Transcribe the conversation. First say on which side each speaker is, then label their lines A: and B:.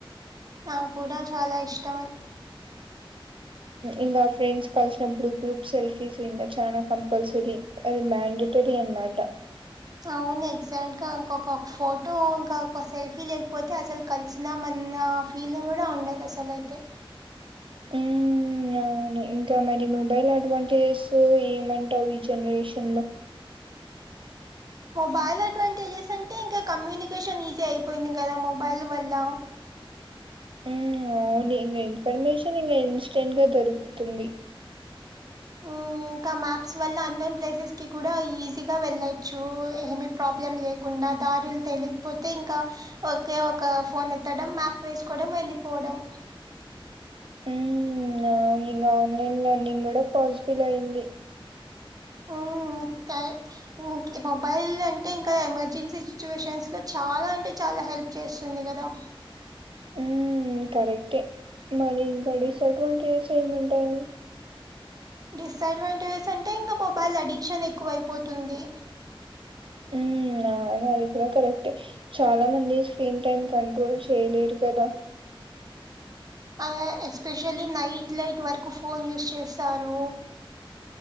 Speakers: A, on the right (about 40°); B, on the right (about 65°).
A: నాకు కూడా చాలా ఇష్టం
B: ఇంకా ఫ్రెండ్స్ కలిసినప్పుడు గ్రూప్ సెల్ఫీస్ ఇంకా చానా కంపల్సరీ అది మ్యాండటరి అన్మాట
A: అవును ఎగ్జాక్ట్ గా ఇంకొకొ ఫోటో ఇంక సెల్ఫీ లేకపోతే అసలు కలిసినామన్న ఫీలింగ్ కూడా ఉండదు అసలు అయితే
B: మ్మ్ అవును ఇంకా మరి మొబైల్ అడ్వాంటేజెస్ ఏమంటావు ఈ జనరేషన్ లో
A: మొబైల్ అడ్వాంటేజెస్ అంటే ఇంకా కమ్యూనికేషన్ ఈజీ అయిపోయింది కదా మొబైల్ వల్ల
B: ఉమ్ అవును ఇంకా ఇన్ఫర్మేషన్ ఇంకా ఇన్స్టెంట్ గా దొరుకుతుంది
A: హ్మ్ ఇంకా మ్యాప్స్ వల్ల అన్నోన్ ప్లేసెస్ కి కూడా ఈజీ గా వెళ్ళొచ్చు ఏమి ప్రాబ్లం లే కుండా దారులు తెలియకపోతే ఇంకా ఓకే ఒక ఫోన్ ఎత్తడం మ్యాప్ వేసుకోవడం వెళ్లిపోవడం
B: మ్మ్ అవును ఇంగ ఆన్లైన్ లర్నింగ్ కూడా పాసిబుల్ అయ్యింది
A: ఆ కా ఇం మొబైల్ అంటే ఇంకా ఎమర్జెన్సీ సిచ్యువేషన్స్ లో చాలా అంటే చాలా హెల్ప్ చేస్తుంది కదా
B: ఉమ్ కరెక్టే మరి ఇంకా డిసడ్వాంటేజెస్ ఏముంటాయి
A: డిస్డ్వాంటేజెస్ అంటే ఇంకా మొబైల్ అడిక్షన్ ఎక్కువ అయిపోతుంది
B: ఉమ్ అవును అది కూడా కరెక్టే చాలా మంది స్క్రీన్ టైమ్ కంట్రోల్ చేయలేరు కదా
A: ఆ ఎస్పెషల్లీ నైట్ లైట్ వరకు ఫోన్ యూస్ చేస్తారు